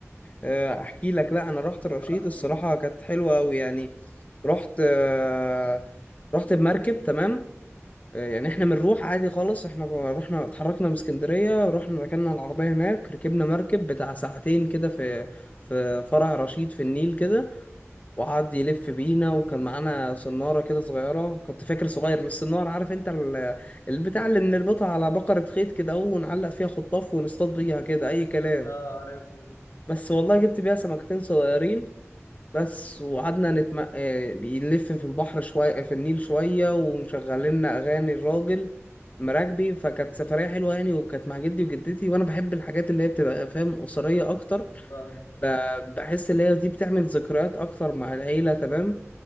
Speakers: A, on the left (about 30°); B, on the left (about 75°).
A: آه، احكي لك لا انا رحت رشيد
B: احكي
A: الصراحه
B: لي
A: كانت حلوه قوي يعني رحت آه، رحت بمركب تمام آه، يعني احنا بنروح عادي خالص احنا رحنا اتحركنا من اسكندرية رحنا ركننا العربية هناك ركبنا مركب بتاع ساعتين كده في في فرع رشيد في النيل كده وقعد يلف بينا وكان معانا صنارة كده صغيرة كنت فاكر صغير من الصنارة عارف انت ال- البتاع اللي بنربطها على بقرة خيط كده ونعلق فيها خطاف ونصطاد بيها كده اي كلام
B: اه عارفها دي
A: بس والله جبت بيها سمكتين صغيرين بس وقعدنا نتم... آه، نلف في البحر شوية في النيل شوية ومشغلنا أغاني الراجل مراكبي فكانت سفرية حلوة يعني وكانت مع جدي وجدتي وأنا بحب الحاجات اللي هي بتبقى فاهم أسرية أكتر
B: آه، فاهمك
A: ب- بحس اللي هي دي بتعمل ذكريات أكتر مع العيلة تمام